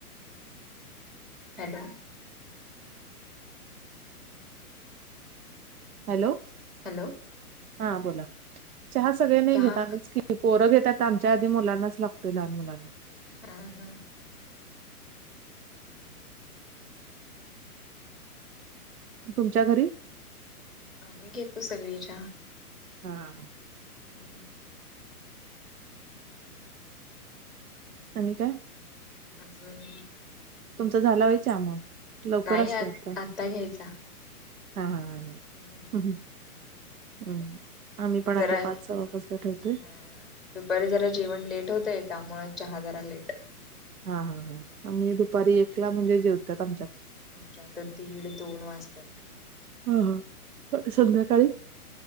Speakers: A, in the centre; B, on the right.
A: हॅलो
B: हॅलो,
A: हॅलो
B: हा बोला, चहा सगळे नाही
A: चहा
B: घेत आम्हीच कि, त पोरं घेतात तर आमच्या आधी मुलांनाच लागतोय लहान मुलांना
A: हा हा
B: तुमच्या घरी?
A: अं घेतो सगळी चहा.
B: हा
A: हम्म
B: आणि काय?
A: अजून
B: तुमचा झाला वय चहा मग, लवकर
A: नाही
B: असत
A: आ
B: वाटतं.
A: आत्ता घ्यायचा
B: हा हा हा
A: हम्म
B: हा हं हम्म आम्ही पण
A: जरा
B: आता पाच सवा पाचला ठेवतोय.
A: हा दुपारी जरा जेवण लेट होतंय, त्यामुळे चहा जरा लेट
B: हा हा हा आम्ही दुपारी एकला म्हणजे जेवतात आमच्यात
A: आमच्या आता दीड दोन वाजतात.
B: हा हा संध्याकाळी?